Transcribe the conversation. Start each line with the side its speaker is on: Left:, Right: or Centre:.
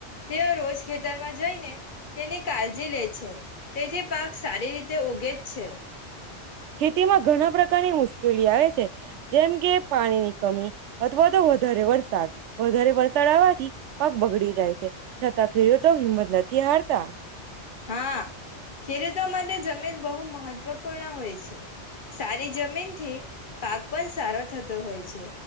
Left: તેઓ રોજ ખેતરમાં જઈને તેની કાળજી લે છે. તે જે પાક સારી રીતે તે ઓગે જ છે.
Right: ખેતી માં ઘણા પ્રકારની મુશ મુકેલી આવે છે, જેમ કે પાણી <unintelligible> કમી અથવા તો વધારે વરસાદ વધારે વરસાદ આવવાથી પાક બગડી જાય છે, છતાં ખેડૂતો હિંમત નથી હારતા.
Left: હા ખેડૂતો માટે જમીન બહુ મહત્વપૂર્ણ હોય છે. સારી જમીનથી પાક પણ સારો થતો હોય છે,